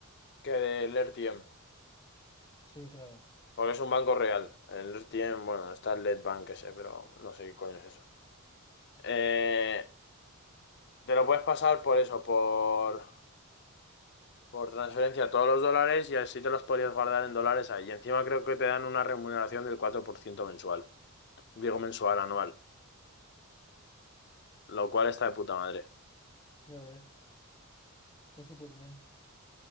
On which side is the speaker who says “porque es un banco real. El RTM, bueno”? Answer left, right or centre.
Left